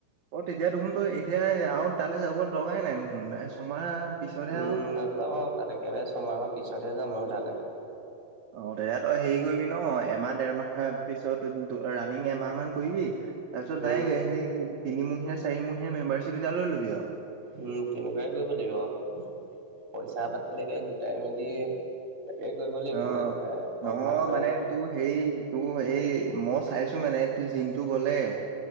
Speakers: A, on the right (about 55°); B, on the right (about 35°).
A: অ, তেতিয়া দেখোন তো এতিয়া আৰু তালৈ যাব দৰকাৰাই নাই দেখোন ছমাহ পিছতহে
B: উম,
A: আৰু
B: নাযাবা আৰু তাত একেবাৰে ছমাহৰ পিছতহে যাম আৰু তালৈ।
A: অ, দে তই হেৰি কৰিবি ন এমাহ দেৰমাহ পিছত ৰানিং এমাহ মান কৰিবি। তাৰপিছত
B: উম
A: ডাইৰেক সেই তিনিমহীয়া চাৰিমহীয়া মেম্বাৰশ্বিপ এটা লৈ লবি আৰু।
B: উম, তেনেকুৱাই কৰিব লাগিব পইচা পাতি তাকে গোটাই মেলি তাকে কৰিব লাগিব
A: অ'
B: একেবাৰে
A: নহয়
B: অভাৱ হৈ
A: মানে
B: আছে
A: তোৰ হেৰি তোৰ হেই মই চাইছো মানে তোৰ জিমতটো গলে